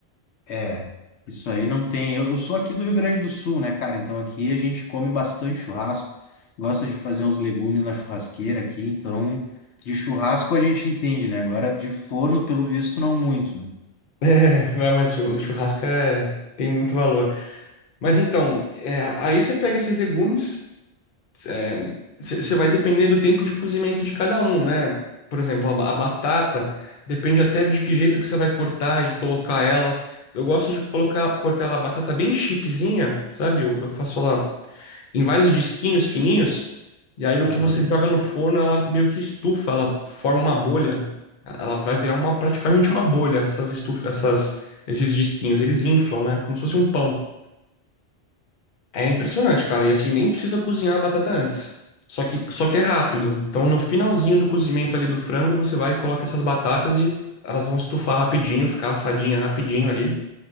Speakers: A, on the left; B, on the left.
A: É, isso aí não tem. Eu, eu sou aqui do Rio Grande do Sul, né, cara? Então aqui a gente come bastante churrasco, gosta de fazer uns legumes na churrasqueira aqui, então de churrasco a gente entende, né? Agora de forno, pelo visto, não muito. né?
B: É, né, mas o churrasco é, tem muito valor. Mas então, é, aí você pega esses legumes, é, você você vai depender do tempo de cozimento de cada um, né? Por exemplo, a, ba- a batata depende até de que jeito que você vai cortar e colocar ela. Eu gosto de colocar, cortar ela a batata bem chipzinha, sabe? Eu, eu faço ela. em vários disquinhos fininhos, e aí no
A: Aham.
B: que você joga no forno, ela meio que estufa, ela forma uma bolha. Ela vai virar uma praticamente uma bolha, essas estufas, essas esses disquinhos, eles inflam, né? Como se fosse um pão. É impressionante, cara. E assim, nem precisa cozinhar a batata antes. Só que, só que é rápido. Então, no finalzinho do cozimento ali do frango, você vai e coloca essas batatas e elas vão estufar rapidinho, ficar assadinha rapidinho ali.